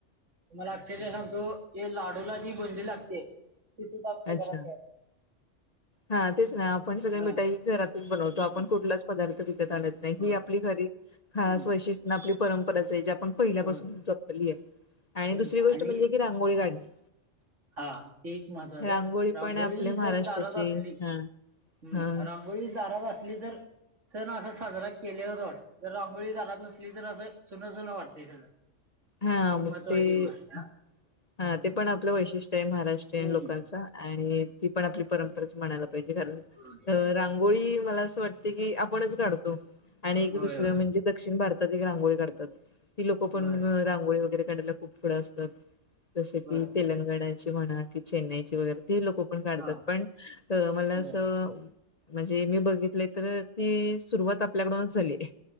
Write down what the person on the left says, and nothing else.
अच्छा
हा तेच ना, आपण सगळे मिठाई
घरातच बनवतो,
आपण कुठलाच पदार् त विकत
आणत नाही,
ही आपली खरी खास
वैशिष्ट्य अन आपली परंपराच ए जे आपण पहिल्यापासून
जपली आहे, आणि
दुसरी गोष्ट
म्हणजे की रांगोळी काढणे.
रांगोळी
पण आपल्या महाराष्ट्राची
हा
हा
हा
मग
ते,
हा ते पण आपलं वैशिष्ट्य आहे महाराष्ट्रीयन
लोकांचं. आणि ती पण आपली परंपराच म्हणायला पाहिजे, कारण
अ रांगोळी मला अस वाटते की आपणच काढतो, आणि एक
दुसरं
म्हणजे दक्षिण भारतात एक रांगोळी काढतात. ती लोकं पण
रांगोळी वगैरे काढायला खूप पुढे असतात, जसं
की तेलंगणा ची म्हणा की चेन्नईची वगैरे ते लोकं पण काढतात,
पण मला
असं अ म्हणजे मी बघितले तर ती सुरुवात आपल्या कडूनच झालीय.